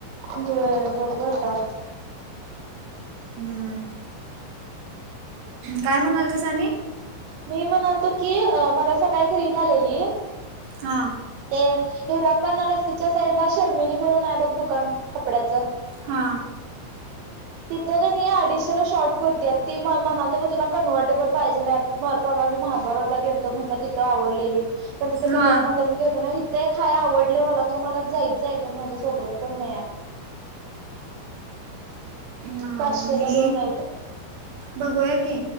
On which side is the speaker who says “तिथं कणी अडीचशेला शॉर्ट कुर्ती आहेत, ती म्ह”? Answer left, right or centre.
Right